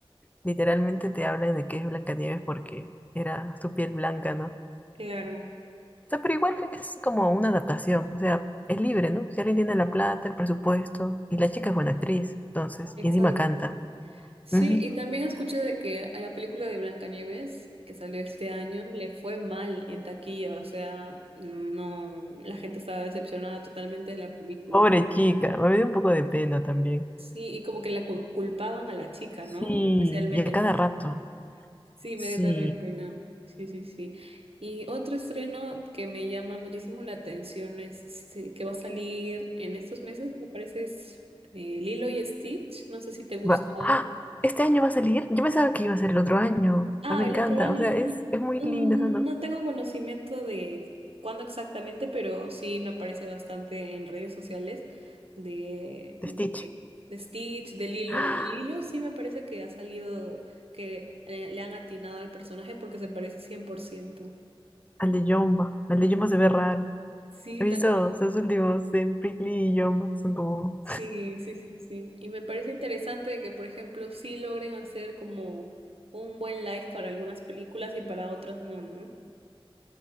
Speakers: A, on the left; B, on the right.
A: literalmente te hablan de que es Blancanieves porque era su piel blanca, ¿no? O
B: Claro,
A: sea, pero igual es como una adaptación. O sea, es libre, ¿no? Si alguien tiene la plata, el presupuesto, y la chica es buena actriz, entonces,
B: exacto.
A: y encima canta.
B: Sí,
A: Ujú.
B: y también escuché de que a la película de Blancanieves, que salió este año, le fue mal en taquilla, o sea, no, la gente estaba decepcionada totalmente de la película.
A: Pobre chica, me dio un poco de pena también.
B: Sí, y como que la cu- culpaban a la chica,
A: Sí,
B: ¿no? Especialmente
A: y a
B: al
A: cada
B: personaje.
A: rato.
B: Sí,
A: Sí.
B: me dio también pena. Sí, sí, sí. Y otro estreno que me llama muchísimo la atención es este, que va a salir en estos meses, me parece es eh, Lilo y Stitch, no sé si te gustó.
A: Va. ¡Ah! ¿Este año va a salir? Yo pensaba que iba a ser el otro año.
B: Ah,
A: Ah, me encanta.
B: el otro año.
A: O sea, es,
B: mm,
A: es muy
B: No,
A: linda
B: no
A: esa, ¿no?
B: tengo conocimiento de cuándo exactamente, pero sí me aparece bastante en redes sociales de,
A: De
B: de,
A: Stitch.
B: que- de Stitch, de Lilo.
A: ¡Ah!
B: Lilo sí me parece que ha salido, que eh, le han atinado al personaje porque se parece 100%.
A: Al de Yomba. Al de Yomba se ve raro.
B: Sí,
A: He visto
B: también.
A: esos últimos de Prickly y Yomba. Son como.
B: Sí, sí, sí, sí. Y me parece interesante de que, por ejemplo, sí logren hacer como un buen live para algunas películas y para otras no, ¿no?